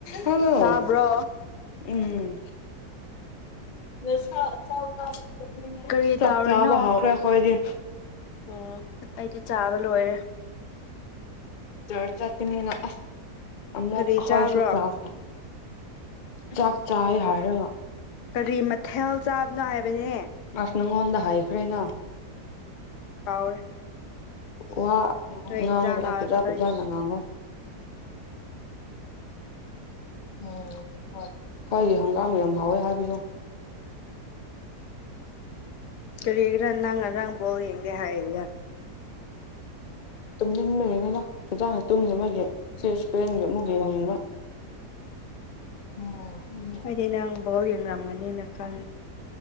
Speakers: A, on the left; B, on the left.
A: Hello
B: ꯇꯥꯕ꯭ꯔꯣ
A: ꯎꯝ <inaudible>
B: ꯀꯔꯤ
A: ꯆꯥꯛ
B: ꯇꯧꯔꯤꯅꯣ
A: ꯆꯥꯕ ꯍꯥꯎꯔꯦ ꯑꯈꯣꯏꯗꯤ
B: ꯑꯣ ꯑꯩꯗꯤ ꯆꯥꯕ ꯂꯣꯏꯔꯦ
A: ꯆꯔ ꯆꯠꯀꯅꯤꯅ ꯑꯁ ꯑꯃꯨꯛ
B: ꯀꯔꯤ
A: ꯑꯈꯣꯏꯁꯨ
B: ꯆꯥꯕ꯭ꯔꯣ
A: ꯀ꯭ꯂꯥꯁ ꯆꯥꯛ ꯆꯥꯌꯦ ꯍꯥꯏꯔꯒ
B: ꯀꯔꯤ ꯃꯊꯦꯜ ꯆꯥꯕꯅꯣ ꯍꯥꯏꯕꯅꯦ
A: ꯑꯁ ꯅꯪꯉꯣꯟꯗ ꯍꯥꯏꯈ꯭ꯔꯦꯅ
B: ꯀꯥꯎꯔꯦ
A: ꯋꯥ
B: ꯅꯣꯏ
A: ꯉꯥꯡꯕꯅ
B: ꯏꯟꯖꯥꯡ ꯍꯥꯎꯇꯕꯒꯤ
A: ꯐꯖꯥ ꯐꯖꯥꯅ ꯉꯥꯡꯉꯣ ꯎꯝ ꯍꯣꯏ ꯈꯣꯏꯒꯤ ꯍꯪꯒꯥꯝ ꯌꯥꯝ ꯍꯥꯎꯋꯦ ꯍꯥꯏꯕꯗꯣ
B: ꯀꯔꯤꯒꯤꯔ ꯅꯪ ꯉꯔꯥꯡ ꯕꯣꯜ ꯌꯦꯡꯗꯦ ꯍꯥꯏꯗ
A: ꯇꯨꯝꯅꯤꯡꯕꯒꯤꯅꯤꯗ ꯐꯖꯅ ꯇꯨꯝꯗꯕꯒꯤ ꯆꯦꯁ ꯄꯦꯟꯒꯤ ꯑꯃꯨꯛ ꯌꯦꯡꯅꯤꯡꯕ <inaudible>
B: ꯑꯩꯗꯤ ꯅꯪ ꯕꯣꯜ ꯌꯦꯡꯉꯝꯒꯅꯤꯅ ꯈꯟ